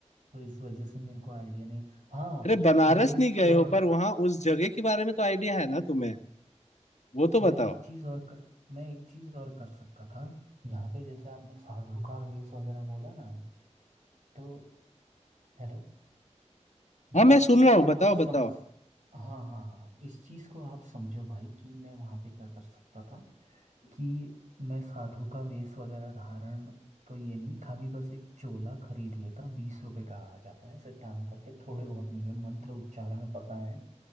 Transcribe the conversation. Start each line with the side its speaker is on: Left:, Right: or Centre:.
Right: तो इस वजह से मेरे को आइडिया नहीं हाँ
Left: अरे बनारस
Right: मैं एक
Left: नहीं
Right: चीज
Left: गए हो
Right: और
Left: पर वहां उस जगह के बारे में तो आइडिया है ना तुम्हें वो तो
Right: मैं
Left: बताओ
Right: एक चीज और कर, मैं एक चीज और कर सकता था यहाँ पे जैसे आपने साधु का वेश वगैरह बोला ना तो हेलो
Left: हाँ मैं
Right: इस
Left: सुन
Right: चीज
Left: रहा हूँ
Right: को
Left: बताओ
Right: आप
Left: बताओ
Right: समझ हाँ हाँ हाँ इस चीज को आप समझो भाई कि मैं वहां पे क्या कर सकता था कि मैं साधु का वेश वगैरह धारण तो ये नहीं खाली बस एक चोला खरीद लेता बीस रुपए का आ जाता है ऐसे टांग करके थोड़े बहुत मुझे मंत्र उच्चारण पता है